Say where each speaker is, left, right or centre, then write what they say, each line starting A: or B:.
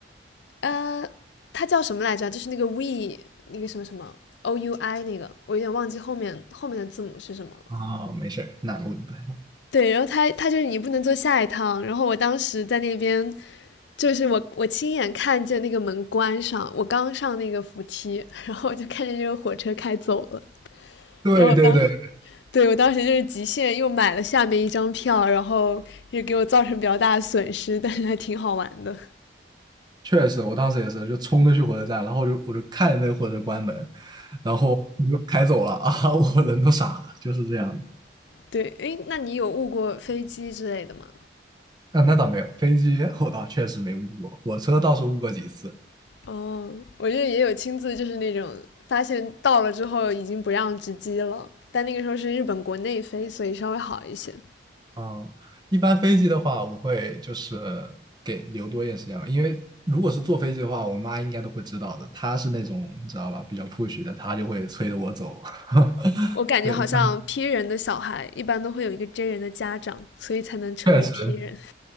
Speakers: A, on the left; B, on the right.
A: 呃，它叫什么来着？就是那个 we 那个什么什么 o u i 那个，我有点忘记后面后面的字母是什么了。
B: 啊、没事儿，那我明白了。
A: 对，然后它它就是你不能坐下一趟。然后我当时在那边，就是我我亲眼看见那个门关上，我刚上那个扶梯，然后我就看见这个火车开走了。
B: 对对对，
A: 然后当对我当时就是极限又买了下面一张票，然后也给我造成比较大的损失，但是还挺好玩的。
B: 确实，我当时也是，就冲着去火车站，然后就我就看着那个火车关门，然后我就开走了啊，<laughs> 我人都傻了，就是这样的。
A: 对，诶，那你有误过飞机之类的吗？
B: 那那倒没有，飞机我倒确实没误过，火车倒是误过几次。
A: 哦，我这也有亲自就是那种发现到了之后已经不让直机了，但那个时候是日本国内飞，所以稍微好一些。
B: 嗯，一般飞机的话，我会就是给留多一点时间吧，因为如果是坐飞机的话，我妈应该都会知道的，她是那种你知道吧，比较 push 的，她就会催着我走。<laughs>
A: 我感觉好像
B: 对，一般
A: P 人的小孩一般都会有一个 J 人的家长，所以才能成为
B: 确实。
A: P 人。